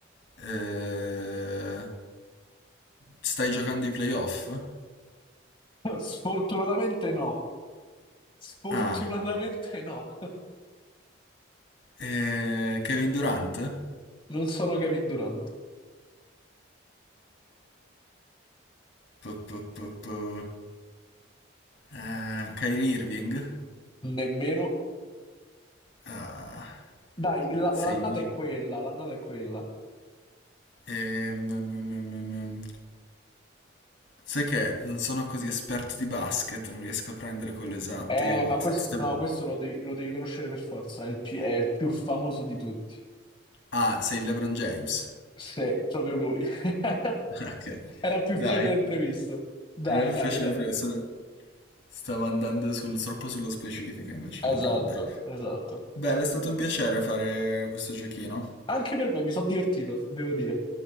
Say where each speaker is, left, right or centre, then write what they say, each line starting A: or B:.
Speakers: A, on the left; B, on the left.
A: Eh, stai giocando i playoff?
B: <laughs> Sfortunatamente no. Sfortunatamente
A: Ah,
B: no.
A: eh, Kevin Durant? Eh,
B: Non sono Kevin Durant.
A: pu- pu- pu- pu- eh, Kyrie Irving?
B: Nemmeno.
A: Ah,
B: Dai, la-
A: sei...
B: l'annata è quella, l'annata è quella.
A: ehm, mm, mm, mm, mm. mm. sai che non sono così esperto di basket, non riesco a prendere quello esatto.
B: Eh,
A: Io
B: ma
A: t-
B: questo,
A: ti stavo...
B: no, questo lo devi, lo devi conoscere per forza, è il più, è il più famoso di tutti.
A: Ah, sei LeBron James?
B: Sì, proprio lui. <laughs>
A: <laughs> Ok,
B: Era più
A: dai,
B: facile del previsto. Dai,
A: era più
B: dai,
A: facile
B: dai.
A: prima. stavo stavo andando sul- troppo sullo specifico invece LeBron,
B: Esatto,
A: dai.
B: esatto.
A: Beh, è stato un piacere fare questo giochino.
B: Anche per me mi sono divertito, devo dire.